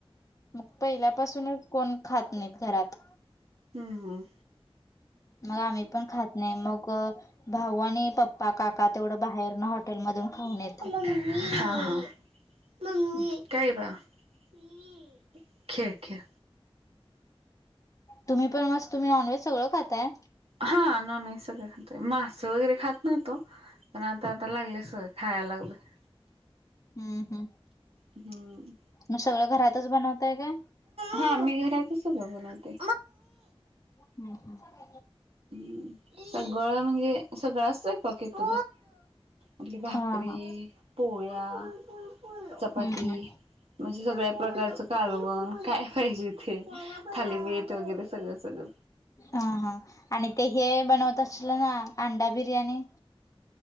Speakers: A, on the left; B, on the right.
A: मग पहिल्यापासूनच कोण खात नाहीत घरात
B: हम्म हम
A: मग आम्ही पण खात नाही मग भाऊ आणि पप्पा काका तेवढं बाहेरनं हाॅ हॉटेल मधून खाऊन येतात
B: हम्म हा ह ममी काय बाळा <inaudible> खेळ खेळ
A: तुम्ही पण मस तुम्ही नॉनव्हेज सगळं खाताय?
B: हा नॉनव्हेज सगळं खातोय मासं वगैरे खात नव्हतो पण आता आता लागले खायला लागलोय.
A: हम्म हम्म
B: हम्म
A: मग सगळं घरातच बनवताय काय?
B: हा मी घरातच सगळं बनवते
A: हम्म हम्म
B: हम्म सगळं म्हणजे सगळं असतं येतस म्ह भाकरी
A: हा हा
B: पोळ्या चपाती
A: हम्म हम्म
B: म्हणजे सगळ्या प्रकारचं कालवण काय पाहिजे तेे थालीपीठ वगैरे सगळं सगळं
A: हा हा आणि ते हे बनवत अशीला ना अंडा बिर्याणी?